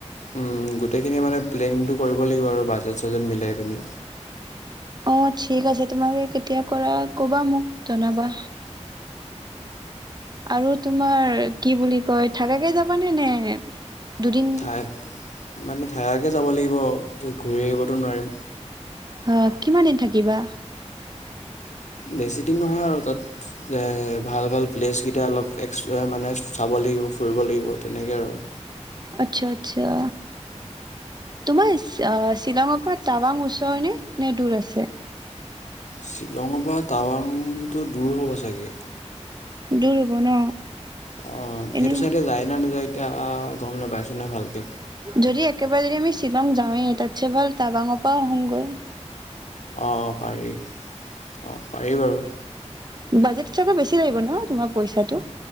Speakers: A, on the left; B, on the right.
A: উম গোট গোটেইখিনি মানে প্লেনিংটো কৰিব লাগিব আৰু বাজেট চাজেট মিলাই পিনি
B: অ ঠিক আছে তোমাকে কেতিয়া কৰা কবা মোক জনাবা আৰু তোমাৰ কি বুলি কয় থাকাকে যাবানে নে দুদিন
A: ঠাইত মানে থাকা কে যাব লাগিব ত ঘূৰি আহিবতো নোৱাৰিম।
B: অ কিমান দিন থাকিবা।
A: বেছিদিন নহয় আৰু তাত ভাল ভাল প্লেচকেইটা অলপ এক্সপ্ মানে চাব লাগিব ফুৰিব লাগিব তেনেকে আৰু
B: আচ্ছা আচ্ছা তোমাৰ শ্বিলঙৰ পৰা টাৱাং ওচৰণে নে দূৰ আছে?
A: শ্বিলঙৰ পৰা টাৱাংটো দূৰ হ'ব চাগে
B: দূৰ হ'ব ন
A: অ
B: এনে
A: সেইটো চাইদে যায় ন নাযায়? অ গম নোপাইছো নহয় ভালকে,
B: যদি একেবাৰে যদি আমি শ্বিলং যাওঁৱেই তাতছে ভাল টাৱাঙৰ পৰা আহুংগৈ
A: অ পাৰি অ পাৰি বাৰু
B: বাজেট চাগে বেছি লাগিব ন তোমাৰ পইচাটো